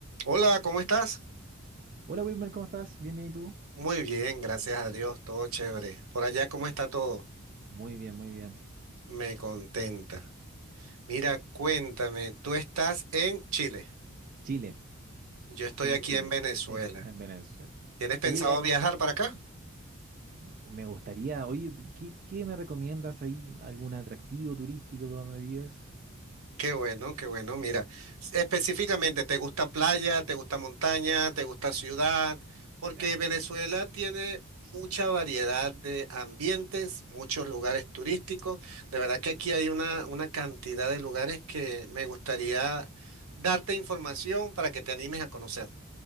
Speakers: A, on the right; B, on the right.
A: Hola, ¿cómo estás?
B: Hola Wilmer, ¿cómo estás? Bien, bien, ¿y tú?
A: Muy bien, gracias a Dios, todo chévere. Por allá, ¿cómo está todo?
B: Muy bien, muy bien.
A: Me contenta. Mira, cuéntame, tú estás en Chile,
B: Chile,
A: yo estoy
B: Chile,
A: aquí
B: Chile,
A: en Venezuela.
B: eh, en Venezuela.
A: ¿Tienes pensado
B: Oye, eh,
A: viajar para acá?
B: m- me gustaría, oye, ¿qué, qué me recomiendas ahí? ¿Algún atractivo turístico por donde vives?
A: Qué bueno, qué bueno. Mira, s- específicamente, ¿te gusta playa, te gusta montaña, te gusta ciudad? Porque
B: Mira,
A: Venezuela tiene mucha variedad de ambientes, muchos lugares turísticos. De verdad que aquí hay una, una cantidad de lugares que me gustaría darte información para que te animes a conocer.